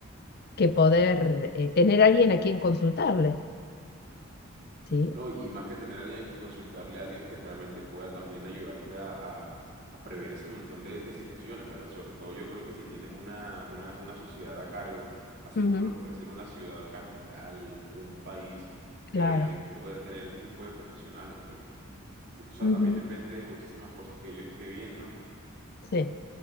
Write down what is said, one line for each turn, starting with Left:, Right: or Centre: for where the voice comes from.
Left: que poder eh, tener alguien a quien consultarle. ¿sí?
Right: No, y más que tener a alguien hay que consultarle a alguien que realmente pueda también ayudarte a, a- a prever ese montón de, de situaciones, ¿verdad? Sobre todo yo creo que si tienes una, una, una sociedad a cargo, así
Left: Ujú,
Right: como lo puede ser una ciudad o capital o un país,
Left: claro.
Right: deberías poder tener este tipo de profesionales, porque, tú- o sea,
Left: Ujú,
Right: también depende de muchísimas cosas que yo esté bien, ¿no?
Left: Sí,